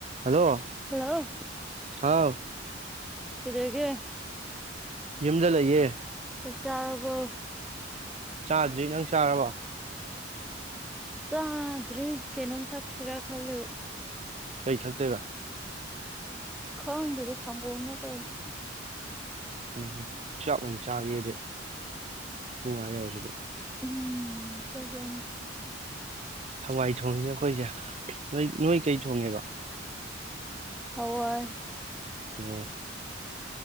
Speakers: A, on the right; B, in the centre.
A: Hello
B: hello
A: ꯍꯥꯎ
B: ꯀꯗꯒ
A: ꯌꯨꯝꯗ ꯂꯩꯌꯦ
B: ꯍ ꯆꯔꯔꯕ
A: ꯆꯥꯗ꯭ꯔꯤ ꯅꯪ ꯆꯥꯔꯕ
B: ꯆꯥꯗ꯭ꯔꯔꯤ ꯀꯩꯅꯣꯝ ꯊꯛꯁꯤꯔꯥ ꯈꯜꯂꯦ
A: ꯀꯩ ꯊꯛꯇꯣꯏꯦꯕ
B: ꯈꯪꯗꯗ ꯁꯪꯒꯅ ꯀꯅꯤ
A: ꯎꯝꯝ ꯆꯥꯛ ꯑꯣꯏꯅ ꯆꯥꯒꯦꯗꯤ ꯄꯨꯡ ꯉꯥ ꯌꯧꯔꯁꯤꯕꯨ
B: ꯎꯝ ꯀ ꯀ
A: ꯍꯋꯥꯏ ꯊꯣꯡꯉꯅꯦ ꯑꯩꯈꯣꯏꯁꯦ ꯅꯣꯏ ꯅꯣꯏ ꯀꯩ ꯊꯣꯡꯉꯦꯕ
B: ꯍꯋꯥꯏ
A: ꯑꯣ